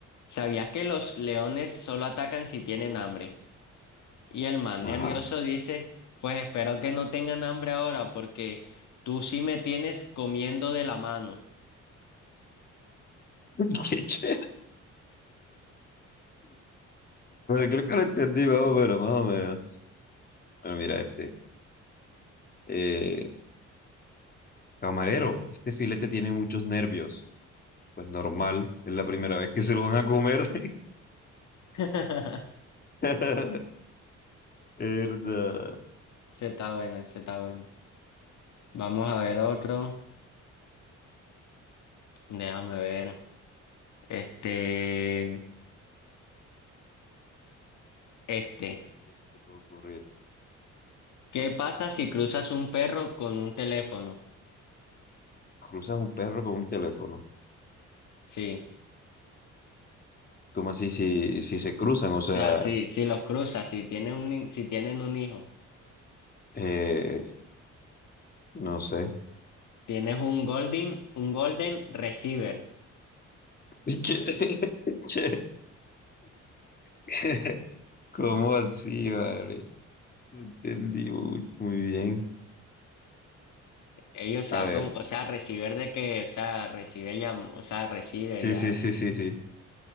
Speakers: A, on the left; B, on the left.
A: ¿sabías que los leones solo atacan si tienen hambre? Y el man
B: Ajá.
A: nervioso dice, pues espero que no tengan hambre ahora porque tú sí me tienes comiendo de la mano.
B: <laughs> Qué chévere. Creo que lo entendí más o menos, más o menos. Bueno, mira este. Eh, Camarero, este filete tiene muchos nervios. Pues normal, es la primera vez que se lo van a comer.
A: <laughs>
B: <laughs> Verdad.
A: Se está bueno, se está bueno. Vamos a ver otro. Déjame ver. Este, este.
B: ¿Y qué se te puede ocurrir?
A: ¿Qué pasa si cruzas un perro con un teléfono?
B: Cruzas un perro con un teléfono.
A: Sí.
B: ¿Cómo así si, si se cruzan? O sea,
A: O sea, si, si los cruzas, si tienen un, ni- si tienen un hijo,
B: eh, no sé.
A: tienes un golden, un golden receiver.
B: <laughs> Che, che. <laughs> ¿Cómo así, vale? No Entendí muy, muy bien.
A: Ellos sea
B: A ver,
A: con, o sea, receiver de que, o sea, recibe ya, o sea, receiver
B: sí,
A: ya.
B: sí, sí, sí, sí.